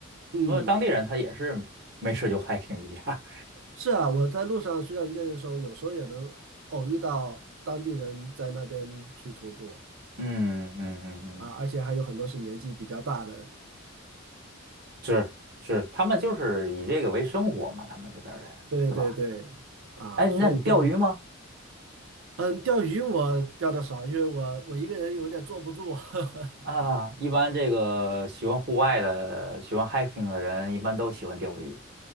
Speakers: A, on the right; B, on the right.
A: 嗯，
B: 他们当地人他也是没事就 <laughs> hiking 一下
A: 是啊，我在路上需要一个人的时候，有时候也能偶遇到当地人在那边去徒步
B: <laughs> 嗯嗯嗯嗯，
A: 啊，而且还有很多是年纪比较大的。
B: 是是，他们就是以这个为生活嘛，他们这边儿人，
A: 对对对，
B: 对吧？
A: 啊，
B: 哎，那你钓鱼吗？
A: 所以说。嗯，钓鱼我钓的少，因为我我一个人有点坐不住。<laughs>
B: 啊，一般这个喜欢户外的、喜欢 hiking 的人，一般都喜欢钓鱼。